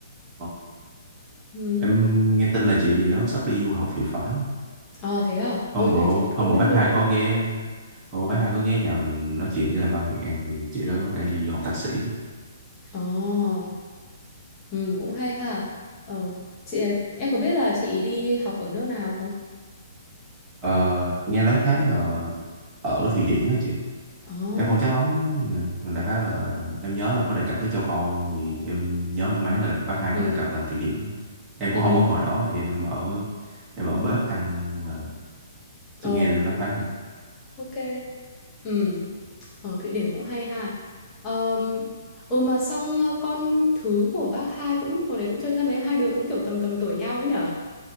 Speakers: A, on the right; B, on the left.
A: ờ.
B: Ừ.
A: Em nghe tin là chị đó sắp đi du học thì phải.
B: Ờ thế à?
A: Hôm
B: Ôi
A: bữa
B: thế chị còn không
A: hôm bữa
B: biết
A: bác
B: luôn.
A: hai có ghé, hôm bữa bác hai có ghé nhà mình nói chuyện với lại ba mẹ thì chị đó có vẻ đi du học thạc sĩ.
B: Ờ. Ừ cũng hay ha. Ờ chị ờ, em có biết là chị ý đi học ở nước nào không?
A: Ờ, nghe loáng thoáng là ở Thụy Điển á chị.
B: Ờ.
A: Em không chắc lắm, nhưng đại khái là em nhớ là có đề cập tới châu Âu thì em nhớ mang máng là bác hai
B: Ừ.
A: có đề cập là Thụy Điển. Em cũng
B: Ừ.
A: không có ngồi đó chị em ở em ở bếp ăn nên là chị
B: Ồ,
A: nghe loáng thoáng thôi
B: ok. Ừ, ở Thụy Điển cũng hay ha. Ờm, ừ mà xong ờ, con thứ của bác hai cũng hồi đấy cũng chơi thân với em hai đứa cũng kiểu tầm tầm tuổi nhau ấy nhở?